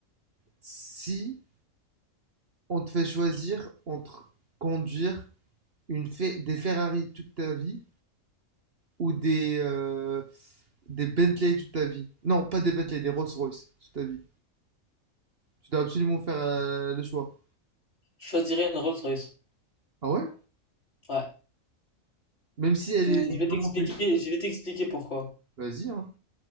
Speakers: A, on the right; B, on the left.
A: si on te fait choisir entre conduire une Fe- des Ferrari toute ta vie ou des, euh, des Bentley toute ta vie. Non, pas des Bentley, des Rolls-Royce toute ta vie. Tu dois absolument faire euh, le choix.
B: je choisirais une Rolls-Royce.
A: Ah ouais?
B: Ouais,
A: Même si elle
B: Tu-
A: est
B: je vais
A: vraiment
B: t'expliquer,
A: flexible.
B: je vais t'expliquer pourquoi.
A: Vas-y, hein.